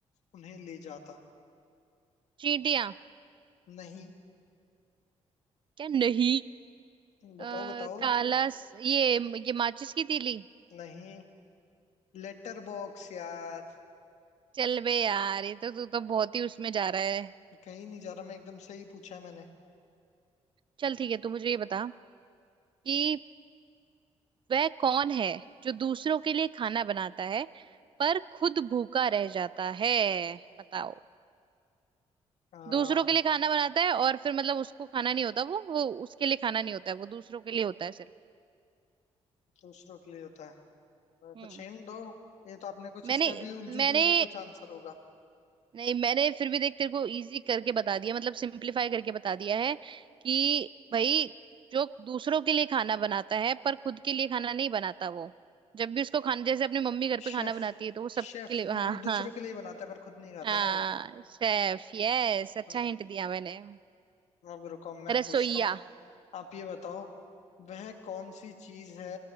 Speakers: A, on the left (about 80°); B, on the right (about 45°).
A: उन्हें ले जाता
B: चींटियां
A: नहीं
B: क्या नहीं अ,
A: बताओ बताओ
B: काला स- ये ये माचिस की तीली
A: नहीं लेटर बॉक्स यार
B: चल बे यार ये तो तू तो बहुत ही उसमें जा रहा है
A: कहीं नहीं जा रहा मैं एकदम सही पूछा है मैंने
B: चल ठीक है तू मुझे ये बता कि वह कौन है जो दूसरों के लिए खाना बनाता है पर खुद भूखा रह जाता है बताओ
A: आ,
B: दूसरों के लिए खाना बनाता है और फिर मतलब उसको खाना नहीं होता वो वो उसके लिए खाना नहीं होता है वो दूसरों के लिए होता है सिर्फ
A: दूसरों के लिए होता है
B: हम्म
A: कुछ हिंट दो ये तो आपने कुछ इसका
B: मैंने
A: भी उलझुली
B: मैंने
A: उलझुली कुछ आंसर होगा
B: नहीं मैंने फिर भी देख तेरे को इजी करके बता दिया मतलब सिंपलीफाई करके बता दिया है कि भाई जो दूसरों के लिए खाना बनाता है पर खुद के लिए खाना नहीं बनाता वो जब भी उसको खाना जैसे अपनी मम्मी घर पे
A: शेफ
B: खाना बनाती है तो वो सबके
A: शेफ
B: लिए
A: वो
B: हाँ
A: दूसरों
B: हाँ
A: के लिए बनाता है पर खुद नहीं खाता
B: हाँ
A: ना वो
B: शेफ यस अच्छा
A: हम्म
B: हिंट दिया मैंने
A: अब रुको मैं
B: रसोइया
A: पूछता हूँ आप ये बताओ वह कौन सी चीज है